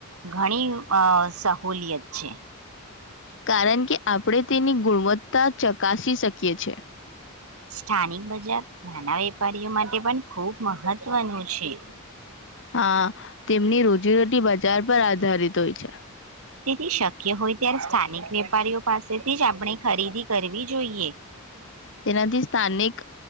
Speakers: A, on the right; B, on the left.
A: ઘણી અ સહુલિયત છે.
B: કારણ કે આપણે તેની ગુણવત્તા ચકાસી શકીએ છે.
A: સ્થાનિક બજાર નાના વેપારીઓ માટે પણ ખુબ મહત્વનું છે.
B: હા તેમની રોજીરોટી બજાર પર આધારિત હોય છે.
A: તેથી શક્ય હોય ત્યારે સ્થાનિક વેપારીઓ પાસેથી જ આપણે ખરીદી કરવી જોઈએ.
B: તેનાથી સ્થાનિક